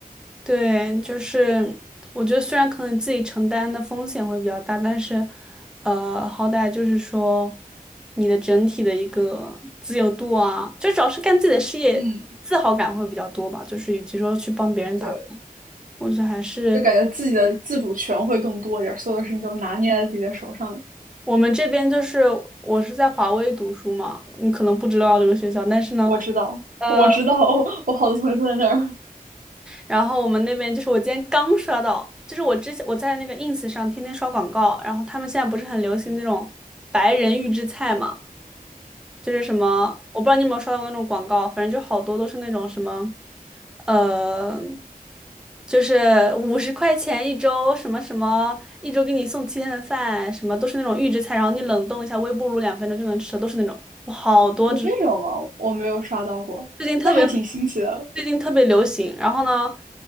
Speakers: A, in the centre; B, on the right.
A: 对，就是我觉得虽然可能自己承担的风险会比较大，但是，呃，好歹就是说你的整体的一个自由度啊，就主要是干自己的事业，
B: <laughs> 嗯，
A: 自豪感会比较多吧。就是与其说去帮别人打工，
B: 对，
A: 我觉得还是
B: 就感觉自己的自主权会更多一点，所有的事情都拿捏在自己的手上。
A: 我们这边就是我是在华威读书嘛，你可能不知道这个学校，但是呢。
B: 我知道，
A: 呃。
B: 我知道，我好多同学都在那儿。
A: 然后我们那边就是我今天刚刷到，就是我之前我在那个 ins 上天天刷广告，然后他们现在不是很流行那种白人预制菜嘛，就是什么我不知道你有没有刷到过那种广告，反正就好多都是那种什么，呃，就是五十块钱一周，什么什么一周给你送七天的饭，什么都是那种预制菜，然后你冷冻一下，微波炉两分钟就能吃的，都是那种，我好多只。
B: <laughs> 有这种吗？我没有刷到过，
A: 最近特别
B: 那还挺新奇的。
A: 最近特别流行。然后呢，